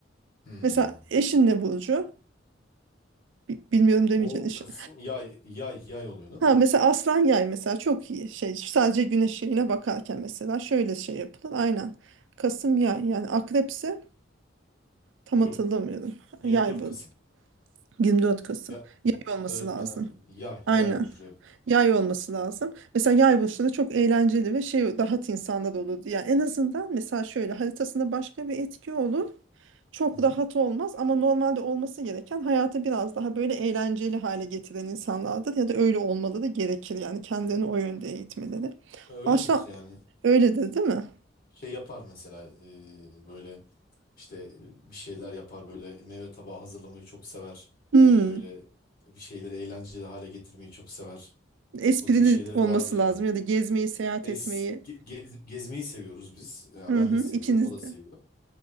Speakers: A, on the left; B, on the right.
A: Hmm.
B: Mesela eşin ne burcu? Bi- Bilmiyorum demeyeceksin
A: O Kasım yay yay yay oluyor değil
B: Ha
A: mi?
B: mesela aslan yay mesela çok iyi şey sadece güneş yayına bakarken mesela şöyle şey yapılır aynen Kasım yay yani akrepse tam
A: Yok.
B: hatırlamıyorum
A: 24
B: yay bu
A: Kasım.
B: 24 Kasım
A: Ya
B: yay olması
A: öğretmen
B: lazım
A: yay
B: aynen
A: yay burcu. evet.
B: yay olması lazım mesela yay burçları çok eğlenceli ve şey rahat insanlar olur yani en azından mesela şöyle haritasında başka bir etki olur çok
A: Hı hı.
B: rahat olmaz ama normalde olması gereken hayatı biraz daha böyle eğlenceli hale getiren insanlardır ya da öyle olmaları gerekir yani kendini o yönde eğitmeleri.
A: Öyledir
B: Aşağı
A: yani.
B: öyledir değil mi?
A: şey yapar mesela e, böyle işte e, bir şeyler yapar böyle meyve tabağı hazırlamayı çok sever.
B: Hmm.
A: Böyle bir şeyleri eğlenceli hale getirmeyi çok sever.
B: Esprili
A: O tip şeyleri
B: olması
A: vardır yani.
B: lazım ya da gezmeyi, seyahat
A: Es
B: etmeyi.
A: ge- gez- gezmeyi seviyoruz biz. Yani
B: Hı
A: ben
B: hı,
A: de seviyorum,
B: ikiniz
A: o da seviyor.
B: de.